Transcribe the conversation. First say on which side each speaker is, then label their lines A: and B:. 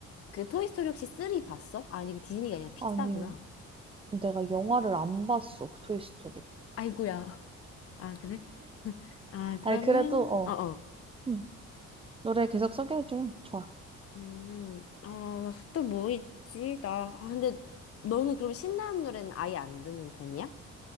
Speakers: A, on the left; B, on the right.
A: 그 토이스토리 혹시 3 봤어? 아니, 그 디즈니가 아니라 픽사구나.
B: 아니, 내가 영화를 안 봤어, 그 토이스토리.
A: 아이고야. 아, 그래? 아, 그러면,
B: 아니, 그래도, 어,
A: 어, 어.
B: 응, 노래 계속 소개해주면 좋아.
A: 음, 어, 또 뭐 있지? 나, 아, 근데 너는 그럼 신나는 노래는 아예 안 듣는 편이야?